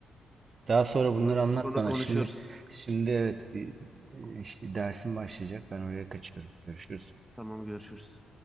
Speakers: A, on the right (about 45°); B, in the centre.
A: Daha sonra bunları
B: Bunu
A: anlat
B: sonra
A: bana.
B: konuşuruz.
A: Şimdi, şimdi evet bir e, işte dersim başlayacak. Ben oraya kaçıyorum. Görüşürüz.
B: Tamam görüşürüz.